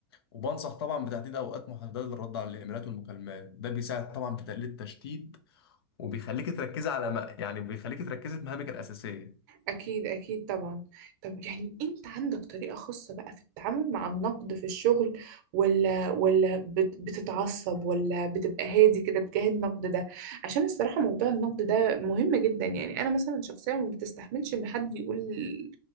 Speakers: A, on the left (about 80°); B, on the right (about 50°).
A: وبنصح طبعا بتحديد أوقات محددة للرد على الإيميلات والمكالمات ده بيساعد طبعا في تقليل التشتيت وبيخليك تركزي على ما يعني بيخليك تركزي في مهامك الأساسية
B: أكيد أكيد طبعا طب يعني أنت عندك طريقة خاصة بقى في التعامل مع النقد في الشغل ولا ولا بت- بتتعصب ولا بتبقى هادي كده تجاه النقد ده عشان الصراحة موضوع النقد ده مهم جدا يعني أنا مثلا شخصيا ما بتستحملش إن حد يقول